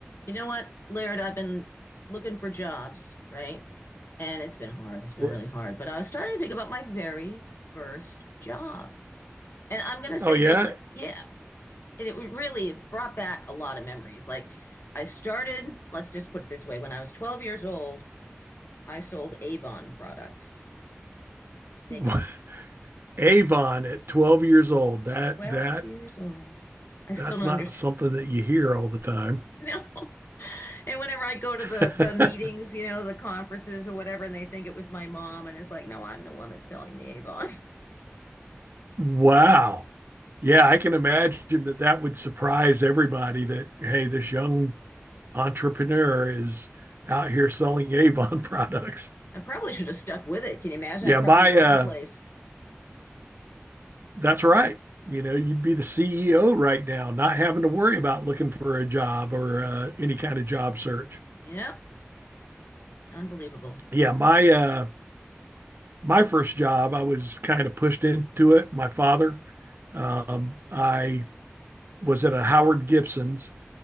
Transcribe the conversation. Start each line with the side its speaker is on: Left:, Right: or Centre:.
Left: You know what, Laird? I've been looking for jobs, right? And it's been hard. It's been
Right: R-
Left: really hard. But I was starting to think about my very first job. And I'm going to say
Right: Oh yeah,
Left: there's like, yeah. And it really brought back a lot of memories. Like, I started, let's just put it this way, when I was 12 years old, I sold Avon products, makeup.
Right: <laughs> Avon at 12 years old. That
Left: 12
Right: that
Left: years old. I still
Right: that's
Left: don't
Right: not
Left: understand.
Right: something
Left: <laughs>
Right: that you hear all the time.
Left: No. And whenever I go to the
Right: <laughs>
Left: the meetings, you know, the conferences or whatever, and they think it was my mom, and it's like, no, I'm the one that's selling the Avon. <laughs>
Right: Wow. Yeah, I can imagine that that would surprise everybody that hey, this young entrepreneur is out here selling Avon <laughs> products.
Left: I probably should have stuck with it. Can you imagine?
Right: Yeah,
Left: I'd probably
Right: my
Left: run
Right: uh
Left: the place.
Right: that's right. You know, you'd be the CEO right now, not having to worry about looking for a job or uh, any kind of job search.
Left: Yeah, unbelievable.
Right: Yeah, my uh my first job, I was kind of pushed into it. My father, um, I was at a Howard Gibson's